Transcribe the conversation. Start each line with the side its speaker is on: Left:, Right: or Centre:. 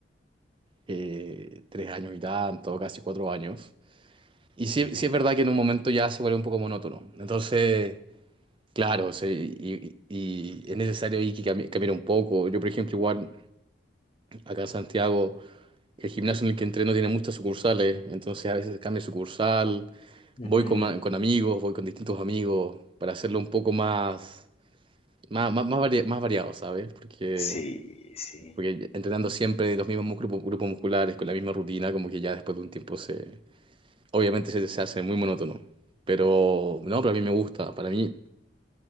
Right: eh, tres años y tanto, casi cuatro años. Y sí,
Left: Ujú,
Right: sí es verdad que en un momento ya se vuelve un poco monótono. Entonces, claro, sí, y, y- y es necesario ahí que cami- cambiar un poco. Yo, por ejemplo, igual acá en Santiago, el gimnasio en el que entreno tiene muchas sucursales, entonces a veces cambio de sucursal,
Left: ujú.
Right: voy con, ma- con amigos, voy con distintos amigos para hacerlo un poco más... Más, más, más, varia- más variado, ¿sabes? Porque,
Left: Sí, sí,
Right: porque entrenando siempre los mismos grupos, grupos musculares con la misma rutina, como que ya después de un tiempo se... Obviamente se, se hace muy monótono. Pero no, para mí me gusta. Para mí